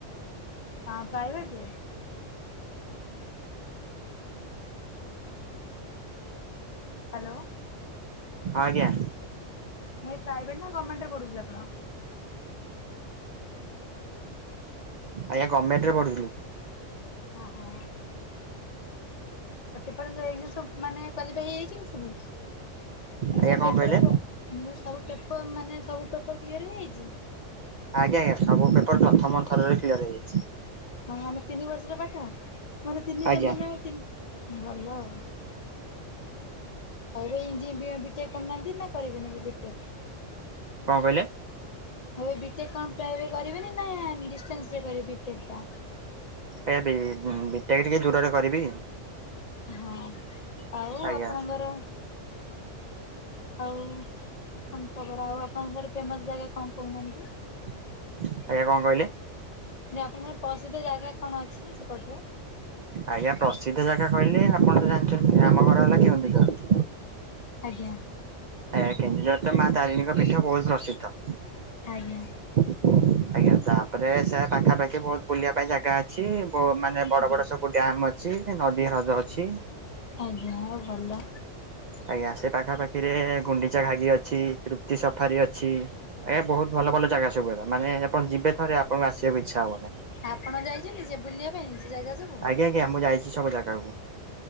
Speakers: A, on the left; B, on the right.
A: ହଁ ପ୍ରାଇଭେଟରେ? ହ୍ୟାଲୋ।
B: ଆଜ୍ଞା।
A: ଯୋଉ ପ୍ରାଇଭେଟ୍ ନା ଗଭମେଣ୍ଟରେ କରୁଥିଲେ ଆପଣ?
B: ଆଜ୍ଞା ଗମେଣ୍ଟ ରେ ପଢୁଥିଲୁ।
A: ଓ ହୋ। ପେପର ଏ ସବୁ ମାନେ କ୍ଵାଲିଫାଇ ହେଇଯାଇଛନ୍ତି ସବୁ, ମାନେ
B: ଆଜ୍ଞା
A: ସବୁ
B: କଣ
A: ପେପର
B: କହିଲେ
A: ମାନେ ସବୁ ପେପର ମାନେ ସବୁ ପେପର କ୍ଲିୟର ହେଇଯାଇଛି?
B: ଆଜ୍ଞା ଆଜ୍ଞା ସବୁ ପେପର ପ୍ରଥମ ଥରରେ କ୍ଲିୟର ହେଇଯାଇଛି।
A: ହଁ ମାନେ ତିନି ବର୍ଷର ପାଠ, ମାନେ ତିନି
B: ଆଜ୍ଞା
A: ଦ ମାନେ ଭଲ ଆଉ। ଆଉ ଯୋଉ ଇଞ୍ଜି ବି ଟେକ୍ କରୁନାହାନ୍ତି ନା କରିବେନି ବି ଟେକ୍?
B: କଣ କହିଲେ?
A: ହଁ ଏ ବି ଟେକ୍ କଣ ଏବେ କରିବେନି ନା ଡିଷ୍ଟାନ୍ସ ରେ କରିବେ ବି ଟେକ୍ ଟା?
B: ଏ ବି ବି ଟେକ୍ ଟିକେ ଦୂରରେ କରିବି।
A: ହଁ ଆଉ
B: ଆଜ୍ଞା
A: ଆପଣଙ୍କର ଆଉ ଆମ ଖବର, ଆଉ ଆପଣଙ୍କ ଆଡେ ଫେମସ ଜାଗା କଣ କହୁନାହାନ୍ତି?
B: ଆଜ୍ଞା କଣ କହିଲେ?
A: ଆପଣଙ୍କର ପ୍ରସିଦ୍ଧ ଜାଗା କଣ ଅଛି ସେପଟରେ?
B: ଆଜ୍ଞା ପ୍ରସିଦ୍ଧ ଜାଗା କହିଲେ, ଆପଣ ତ ଜାଣିଛନ୍ତି ଆମ ଘର ହେଲା କେନ୍ଦୁଝର।
A: ଆଜ୍ଞା।
B: ଆଜ୍ଞା କେନ୍ଦୁଝର ଟା ମା ତାରିଣୀଙ୍କ ପୀଠ ବହୁତ ପ୍ରସିଦ୍ଧ।
A: ଆଜ୍ଞା।
B: ଆଜ୍ଞା ତା ତାପରେ ସେ ପାଖାପାଖି ବହୁତ ବୁଲିଆ ପାଇଁ ଜାଗା ଅଛି। ବ ମାନେ ବଡ
A: ଆଜ୍ଞା
B: ବଡ ସବୁ ଡ୍ୟାମ୍ ଅ ଅଛି, ନଦୀ ହ୍ରଦ ଅଛି।
A: ଆଜ୍ଞା ଆଉ ଭଲ।
B: ଆଜ୍ଞା ସେ ପାଖାପାଖିରେ ଗୁଣ୍ଡିଚା ଘାଗି ଅଛି, ତୃପ୍ତି ସଫାରି ଅଛି। ଆଜ୍ଞା ବହୁତ ଭଲ ଭଲ ଜାଗା ସବୁ, <unintelligible> ମାନେ ଆପଣ ଯିବେ ଥରେ ଆପଣଙ୍କୁ ଆସିବାକୁ ଇଚ୍ଛା ହବନି।
A: ଆପଣ ଯାଇଛନ୍ତି, ସେ ବୁଲିବା ପାଇଁ ସେ ଜାଗା ସବୁ
B: ଆଜ୍ଞା ଆଜ୍ଞା ମୁଁ ଯାଇଛି ସବୁ ଜାଗାକୁ।